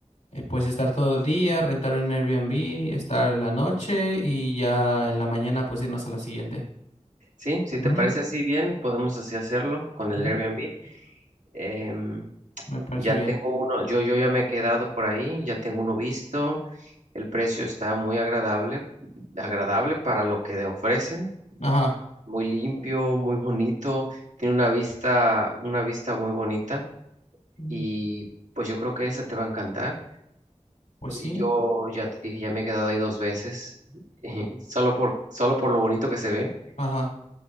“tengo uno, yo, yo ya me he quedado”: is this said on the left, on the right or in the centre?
Right